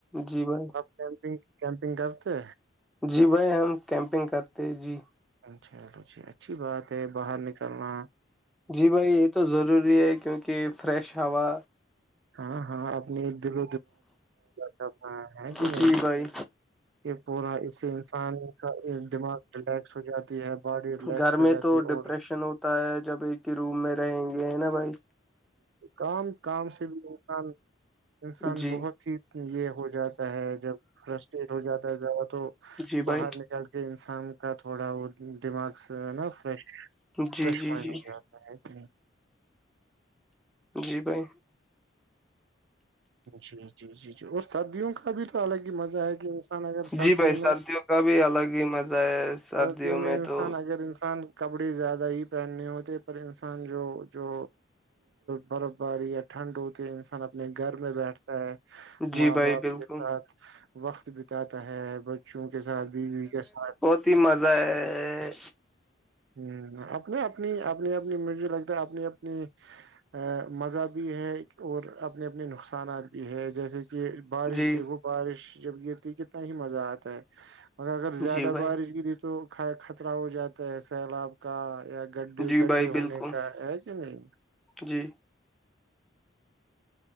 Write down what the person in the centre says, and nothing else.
جی بھائی
جی بھائی ہم کیمپنگ کرتے جی
جی بھائی یہ تو ضروری ہے کیونکہ فریش ہوا
جی بھائی
گھر
میں
تو
ڈپریشن ہوتا ہے جب ایک ہی روم میں رہیں گے ہیں نا بھائی
جی
جی
بھائی
جی
جی
جی
جی بھائی
جی بھائی
کا بھی الگ ہی مزہ ہے سردیوں
تو
جی
بھائی
بالکل
اتی مزہ ہے
جی
جی بھائی
جی
بھائی
بالکل
جی